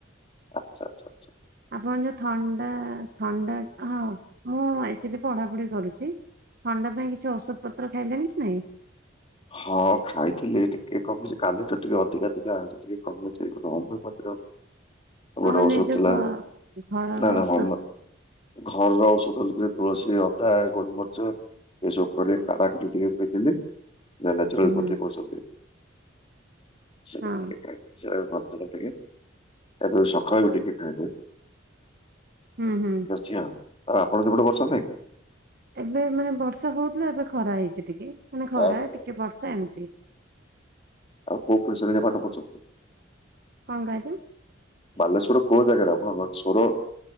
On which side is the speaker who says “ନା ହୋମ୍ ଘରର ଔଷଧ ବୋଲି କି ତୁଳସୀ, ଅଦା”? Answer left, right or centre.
Left